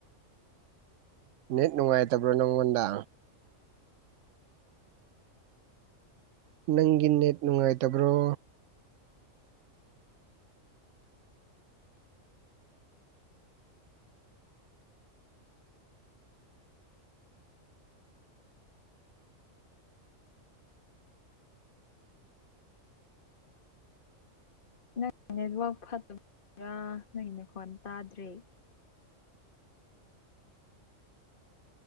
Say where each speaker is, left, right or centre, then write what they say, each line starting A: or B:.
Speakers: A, on the right; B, on the left.
A: ꯅꯦꯠ ꯅꯨꯡꯉꯥꯏꯇꯕ꯭ꯔꯥ ꯅꯪꯉꯣꯟꯗ? ꯅꯪꯒꯤ ꯅꯦꯠ ꯅꯨꯡꯉꯥꯏꯇꯕ꯭ꯔꯣ
B: ꯅꯪ ꯅꯦꯠꯋꯥꯛ ꯐꯠꯇꯕ <inaudible> ꯔꯥ ꯅꯪꯒꯤ ꯅꯈꯣꯟ ꯇꯥꯗ꯭ꯔꯦ꯫